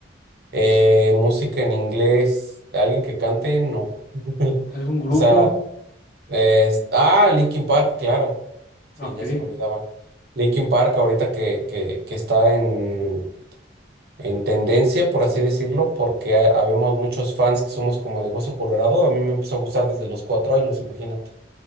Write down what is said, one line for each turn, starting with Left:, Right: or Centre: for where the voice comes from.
Right: Eh, música en inglés, alguien que cante, no. <laughs>
Left: ¿Algún grupo?
Right: O sea, eh, es- ah, Linkin Park, claro. Sí,
Left: Ah, Ok,
Right: ya se me olvidaba. Linkin Park, ahorita que, que, que está en, en tendencia, por así decirlo, porque ha- habemos muchos fans que somos como de hueso colorado. A mí me empezó a gustar desde los cuatro años, imagínate.